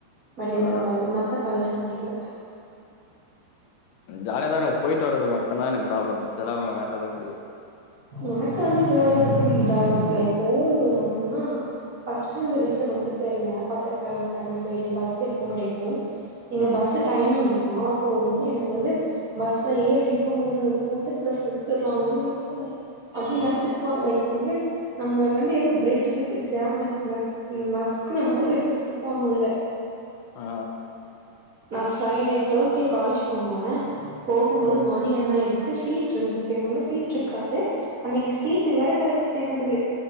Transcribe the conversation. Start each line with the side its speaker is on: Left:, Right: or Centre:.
Right: பட் இந்த
Left: ஆ
Right: காலேஜ் மத்த காலேஜ்ல்லா அப்டி இல்ல
Left: ஜாலியதா இருக்கும் போயிட்டு வரது மட்டுதா எனக்கு ப்ராப்ளம் மிச்சல்லா வேற எதுவும் கிடையாது
Right: எனக்கு வந்து போறதுக்கும் வர் லைக் போம்போது மட்டும் தா ஃபர்ஸ்ட் இருந்த வீட்ல ரொம்ப தெர்ல பக்கத்துல பாத்துன்னு போயிரு பஸ் எப்ப கெடைக்கும் இங்க
Left: ம்
Right: பஸ்சு டைமிங் தானா சோ வந்து எனக்கு வந்து பஸ்ல ஏறி நிக்கும் போது அந்த கூட்டத்துல செத்துர்லாமோனு இருக்கும் அப்டியே நசுக்குவாங்க
Left: ஆ
Right: லைக் வந்து நம்மள வந்து ஏதோ பிரெட்டு வித்து ஜாம் வச்சி நசுக்குன மாறி வச்சி நசுக்குவாங்க உள்ள
Left: ஆ
Right: நா ஃப்ரைடே தேர்ஸ்டே காலேஜ் போனே போகும்போது
Left: ம்
Right: மார்னிங் என்னா ஆயிடு சீட் இருந்துச்சி எப்பவுமே சீட்ருக்காது அன்னைக்கு சீட்டு வேற கிடைச்சி தெனக்குது